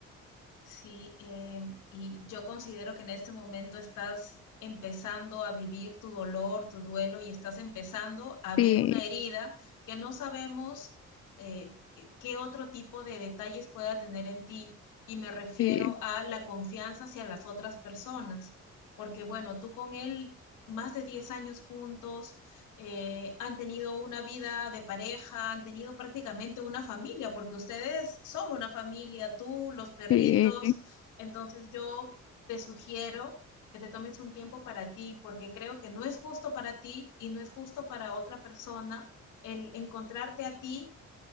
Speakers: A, on the left (about 85°); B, on the left (about 50°).
A: Sí, em, y yo considero que en este momento estás empezando a vivir tu dolor, tu duelo y estás empezando a ver
B: Sí,
A: una herida que no sabemos eh, eh, qué otro tipo de detalles pueda tener en ti. Y me refiero
B: sí,
A: a la confianza hacia las otras personas, porque bueno, tú con él más de 10 años juntos, eh, han tenido una vida de pareja, han tenido prácticamente una familia, porque ustedes son una familia, tú, los perritos.
B: sí,
A: Entonces yo te sugiero que te tomes un tiempo para ti, porque creo que no es justo para ti y no es justo para otra persona el encontrarte a ti